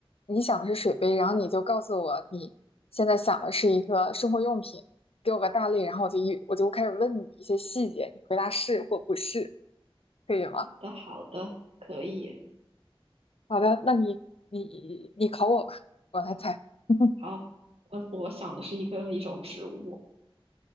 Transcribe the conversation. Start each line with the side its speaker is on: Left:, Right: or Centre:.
Left: 你想的是水杯，然后你就告诉我你现在想的是一个生活用品，给我个大类，然后我就一我就开始问你一些细节，你回答是或不是，可以吗？
Right: 好的，好的，可以。
Left: 好的，那你你你考我吧，我来猜。<laughs>
Right: 好，我我想的是一个一种植物。